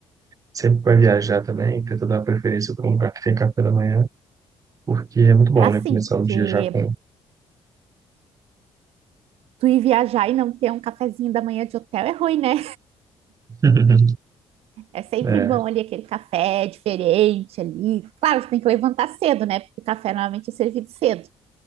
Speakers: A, on the right; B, on the right.
A: sempre que vai viajar também, tenta dar preferência para um lugar que tem café da manhã, porque é muito bom,
B: Ah,
A: né?
B: sim,
A: Começar
B: porque
A: o dia já com.
B: Tu ir viajar e não ter um cafezinho da manhã de hotel é ruim, né?
A: <laughs>
B: É sempre
A: É.
B: bom ali aquele café diferente ali. Claro, você tem que levantar cedo, né? Porque o café normalmente é servido cedo.